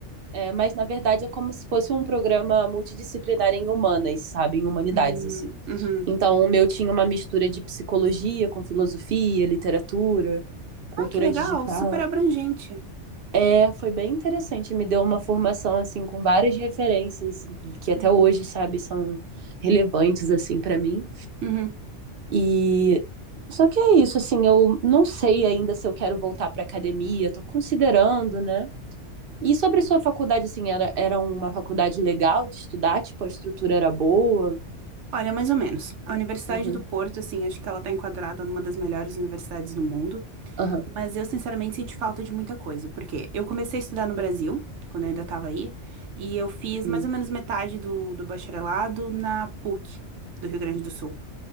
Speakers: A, on the right; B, on the right.
A: É, mas na verdade é como se fosse um programa multidisciplinar em humanas, sabe? Em humanidades,
B: Hum,
A: assim.
B: uhum.
A: Então, o meu tinha uma mistura de psicologia com filosofia, literatura, cultura
B: Ai, que legal,
A: digital.
B: super abrangente.
A: É, foi bem interessante, me deu uma formação assim com várias referências que
B: Que
A: até
B: legal.
A: hoje, sabe, são relevantes assim para mim.
B: Uhum.
A: E só que é isso, assim, eu não sei ainda se eu quero voltar para academia, tô considerando, né? E sobre sua faculdade, assim, era, era uma faculdade legal de estudar? Tipo, a estrutura era boa?
B: Olha, mais ou menos. A Universidade
A: Uhum.
B: do Porto, assim, acho que ela tá enquadrada numa das melhores universidades do mundo.
A: Aham.
B: Mas eu, sinceramente, senti falta de muita coisa, porque eu comecei a estudar no Brasil, quando eu ainda estava aí, e eu fiz
A: Uhum.
B: mais ou menos metade do, do bacharelado na PUC, do Rio Grande do Sul.